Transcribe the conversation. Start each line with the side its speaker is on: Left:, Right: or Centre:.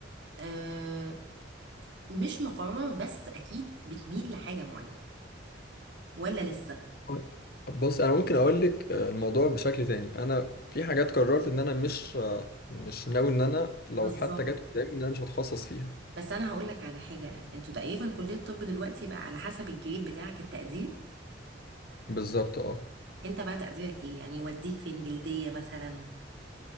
Right: آه مش مقرر بس اكيد بتميل لحاجة معينة ولا لسه
Left: طيب. بص انا ممكن اقول لك آه، الموضوع بشكل تاني انا في حاجات قررت ان انا مش آه، مش ناوي ان انا لو
Right: بالظبط
Left: حتى جت قدامي ان انا مش هتخصص فيها
Right: بس انا هقول لك على حاجة انتوا تقريبا كلية الطب دلوقتي بقى على حسب الجريد بتاعك التقدير
Left: بالظبط اه
Right: انت بقى تقديرك ايه يعني يوديك فين جلدية مثلا